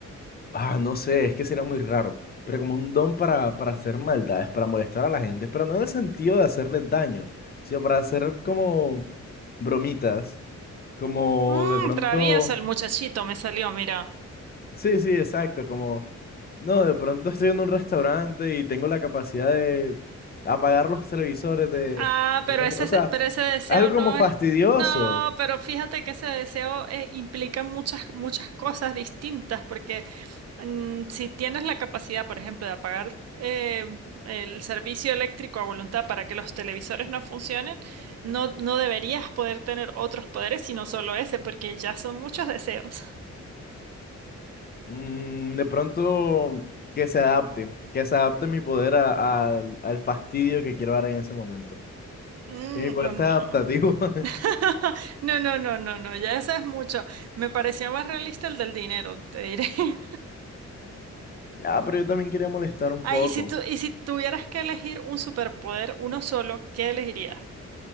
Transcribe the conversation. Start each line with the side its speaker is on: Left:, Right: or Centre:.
Left: ah, no sé, es que sería muy raro, pero como un don para, para hacer maldades, para molestar a la gente, pero no en el sentido de hacerles daño, sino para hacer como bromitas, como
Right: Mm,
Left: de pronto...
Right: travieso el muchachito me salió, mira.
Left: Sí, sí, exacto, como, no, de pronto estoy en un restaurante y tengo la capacidad de apagar los televisores de,
Right: Ah, pero
Left: o
Right: ese,
Left: sea,
Right: pero ese deseo
Left: algo
Right: no
Left: como fastidioso,
Right: es... No, pero fíjate que ese deseo eh, implica muchas, muchas cosas distintas, porque mm, si tienes la capacidad, por ejemplo, de apagar eh, el servicio eléctrico a voluntad para que los televisores no funcionen, no, no deberías poder tener otros poderes, sino solo ese, porque ya son muchos deseos.
Left: Mm, de pronto que se adapte, que se adapte mi poder a- a- al al fastidio que quiero dar en ese momento,
Right: Mm,
Left: que mi poder
Right: o no.
Left: sea adaptativo. <laughs>
Right: <laughs> No, no, no, no, no, ya eso es mucho. Me pareció más realista el del dinero, te diré. <laughs>
Left: Ah, pero yo también quería molestar un
Right: Ah,
Left: poco.
Right: y si tú, y si tuvieras que elegir un superpoder, uno solo, ¿qué elegirías?